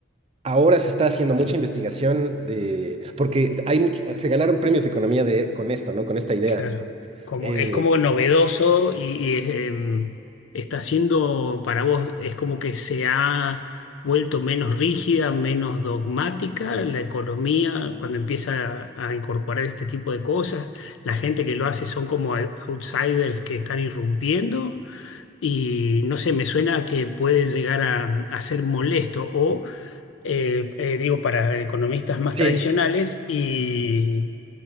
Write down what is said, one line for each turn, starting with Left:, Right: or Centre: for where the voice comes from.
Right: ahora se está haciendo mucha investigación de, porque hay much- se ganaron premios de economía de, con esto, ¿no? Con esta idea.
Left: claro. Como,
Right: Eh,
Left: es como novedoso y, y em, está siendo para vos, es como que se ha vuelto menos rígida, menos dogmática la economía cuando empieza a, a incorporar este tipo de cosas. La gente que lo hace son como outsiders que están irrumpiendo. y no sé, me suena que puede llegar a, a ser molesto o, eh, eh, digo, para economistas más
Right: sí,
Left: tradicionales y,